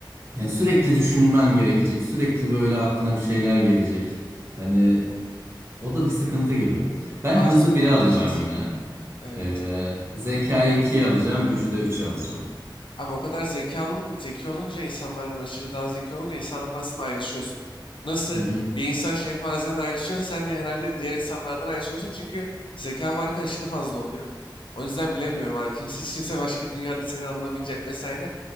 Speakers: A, on the right (about 30°); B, on the left (about 80°).
A: Yani sürekli düşünmen gerekecek. Sürekli böyle aklına bir şeyler gelecek. Hani o da bir sıkıntı gibi. Ben
B: Artık
A: hızı 1'e alacağım
B: evet.
A: yine.
B: Evet.
A: Ee, zekayı ikiye alacağım. Gücü de üçe alacağım.
B: Abi o kadar zeki olun, zeki olunca insanlardan aşırı daha zeki olunca insanlardan aslında ayrışıyorsun. Nasıl
A: Hı hı.
B: bir insan şempanzeden ayrışıyorsa sen de herhalde diğer insanlardan ayrışıyorsun. Çünkü zeka farkı aşırı fazla oluyor. O yüzden bilemiyorum abi. Kimse, hiç kimse başka dünyada seni anlamayacak vesaire.